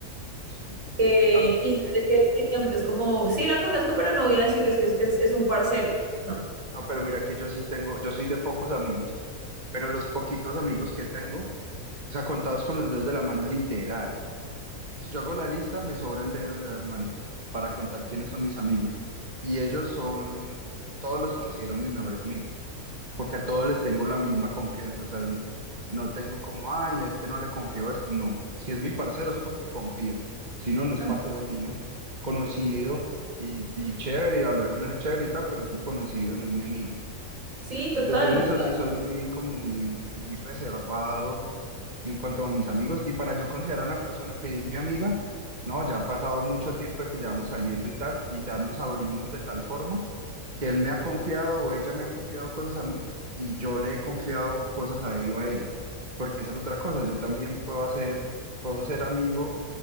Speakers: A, on the right (about 30°); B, on the right (about 60°).
A: sí.
B: Eh,
A: Ah,
B: y
A: mira
B: de
A: que,
B: que definitivamente es como, sí la conozco, pero no voy a decir, "Oh, es que es, es- es un parcero. No.
A: no, pero mira que yo sí tengo, yo soy de pocos amigos, pero los poquitos amigos que tengo, o sea, contados con los dedos de la mano, literal. Si yo hago la lista, me sobran dedos de las manos para contar quiénes son mis amigos. Y ellos son, todos los considero mis mejores amigos, porque a todos les tengo la misma confianza. O sea, n- no tengo como, ay, a este no le confío a este. No, si es mi parcero es porque confío. Si no, no es
B: Ah,
A: parcero mío, conocido y, y chévere, y hablar con él chévere y tal, pero es un conocido, no es mi amigo.
B: sí, total,
A: Entonces yo en
B: o
A: eso
B: sea,
A: sí soy muy, como muy, muy reservado en cuanto a mis amigos. Y para yo considerar a una persona que es mi amiga, no, ya han pasado mucho tiempo de que llevamos saliendo y tal, y ya nos abrimos de tal forma que él me ha confiado o ella me ha confiado cosas a mí y yo le he confiado cosas a él o a ella. Porque esa es otra cosa, yo también puedo hacer, puedo ser amigo